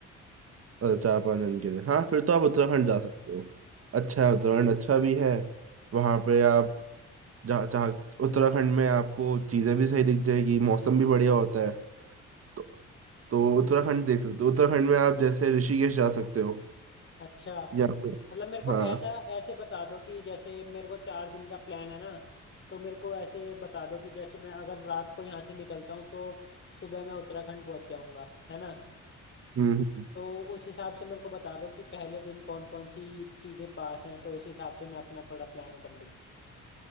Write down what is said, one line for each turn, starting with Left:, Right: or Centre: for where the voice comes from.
Right: अ, चार पाँच दिन के लिए हाँ फिर तो आप
Left: हाँ,
Right: उत्तराखंड जा सकते हो अच्छा है उत्तराखंड अच्छा भी है वहाँ पे आप जा चाह उत्तराखंड में आपको चीज़ें भी सही दिख जाएगी मौसम भी बढ़िया होता है तो तो उत्तराखंड देख सकते हो उत्तराखंड में आप जैसे ऋषिकेश जा सकते हो
Left: अच्छा
Right: या फिर
Left: मतलब मेरे को
Right: हाँ
Left: ऐसा ऐसे बता दो कि जैसे मेरे को चार दिन का प्लान है ना तो मेरे को ऐसे बता दो कि जैसे मैं अगर रात को यहाँ से निकलता हूँ तो सुबह मैं उत्तराखंड पहुँच जाऊँगा है ना
Right: हम्म हम्म।
Left: तो उस हिसाब से मेरे को बता दो कि पहले दिन कौन कौन सी चीजें पास हैं तो उस हिसाब से मैं अपना थोड़ा प्लान कर लूँ